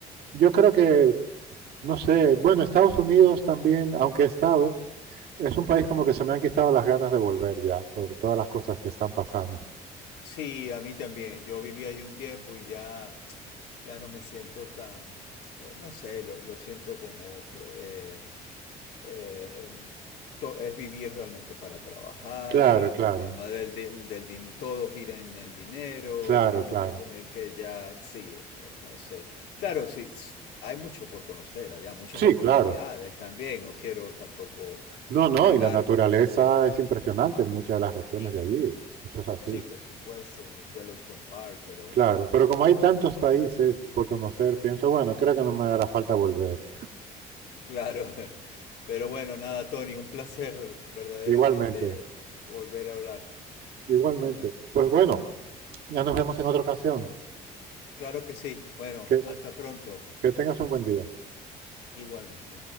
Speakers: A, on the right (about 70°); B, on the left (about 75°).
A: yo creo que, no sé, bueno, Estados Unidos también, aunque he estado, es un país
B: Ujú.
A: como que se me han quitado las ganas de volver ya por todas las cosas que están pasando.
B: Sí, a mí también. Yo viví ahí un tiempo y ya, ya no me siento tan, eh, no sé, lo, lo siento como que eh, eh, to- es vivir realmente para trabajar
A: Claro,
B: y que
A: claro,
B: el tema del, del, del din- todo gira en el dinero
A: claro,
B: y hay un
A: claro.
B: momento en el que ya, sí, no, no sé. Claro, sí, s- hay mucho por conocer allá, muchas
A: Sí,
B: oportunidades
A: claro.
B: también. No quiero tampoco
A: No, no,
B: negarme.
A: y la naturaleza es impresionante en muchas de las regiones
B: In-
A: de allí. Eso es así.
B: Sí, por supuesto, el Yellowstone Park, pero
A: Claro, pero como hay tantos países por conocer, pienso, bueno, creo que no me hará falta volver.
B: claro. <laughs> Pero bueno, nada, Tony, un placer verdaderamente
A: Igualmente,
B: volver a hablar.
A: igualmente. Pues bueno, ya nos vemos en otra ocasión.
B: Claro que sí. Bueno,
A: Que,
B: hasta pronto.
A: que tengas un buen día.
B: Igualmente.